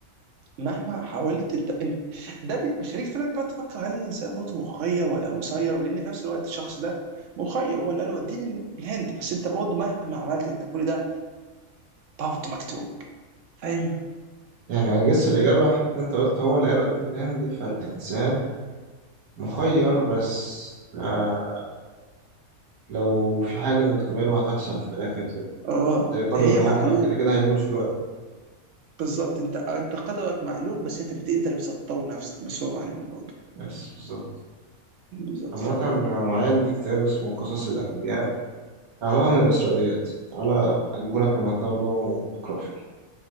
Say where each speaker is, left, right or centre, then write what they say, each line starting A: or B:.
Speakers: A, on the right; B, on the right.
A: مهما حاولت انت, انت ده بي- بيخليك فعلا تقعد تفكر هل الانسان برضه مخير ولا مسير لان في نفس الوقت الشخص ده مخير هو اللي قال له وديني الهند بس انت برضه مهما عملت انت كل ده برضه مكتوب فاهم
B: يعني أجس الإجابة حتى أنت قلت هو اللي قال وديني الهند فالإنسان مخير بس آه لو في حاجة مكتوبة له هتحصل في الآخر زي,
A: اه
B: زي قدره
A: هي
B: إن هو
A: معلوم
B: كده كده هيموت في الوقت ده
A: بالظبط انت انت قدرك معلوم بس انت بت... انت اللي بتسطره بنفسك بس هو معلوم برضه
B: بس بالظبط
A: بالظبط
B: عامة أنا معايا عندي كتاب اسمه قصص الأنبياء أغلبها من الإسرائيليات تعالى أجيبه لك من المكتبة جوه ونقرأ فيه